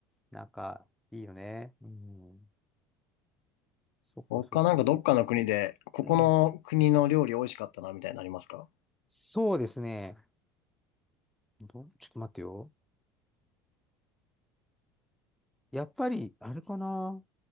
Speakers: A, in the centre; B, on the left (about 80°).
A: なんか、いいよね。うん。そっか、
B: 他なんかどっかの国で、
A: そっか。
B: ここの国の料理美味しかったな、
A: うん。
B: みたいなのありますか
A: そうですね。どちょっと待ってよ。やっぱり、あれかな。